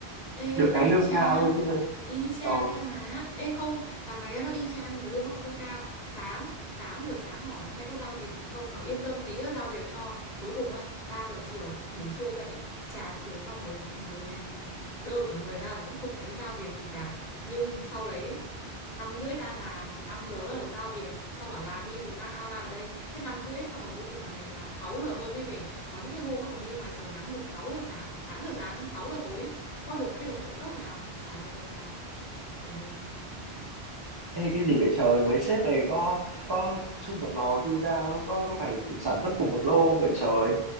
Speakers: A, on the left; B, on the right.
A: Ê
B: được
A: y
B: cái lương
A: chang
B: cao thôi nhưng mà
A: Y chang
B: ờ
A: nha má Ê không Đằng này nó y chang nhưng mà lương nó không cao Sáng tám giờ sáng hỏi hôm nay có giao việc gì không Bảo yên tâm tí đã giao việc cho Cuối cùng á 3 giờ chiều ngủ chưa dậy Trà chiều xong rồi ngồi đơ cả người ra là vẫn không thấy giao việc gì cả Nhưng sau đấy năm rưỡi tan làm thì 5 giờ bắt đầu giao việc xong bảo làm đi rồi mang outline vào đây thế năm rưỡi xong rồi cuối cùng là ngày nào cũng 6 giờ hơn mới về có những cái hôm nó còn đi ngoài trời nắng từ sáu giờ sáng 8 giờ sáng đến sáu giờ tối có được cái đồng trợ cấp nào trả được đồng nào bực cả mình
B: Ê, cái gì vậy trời mấy sếp này có có chung một lò chui ra không có có phải sản xuất cùng một lô không vậy trời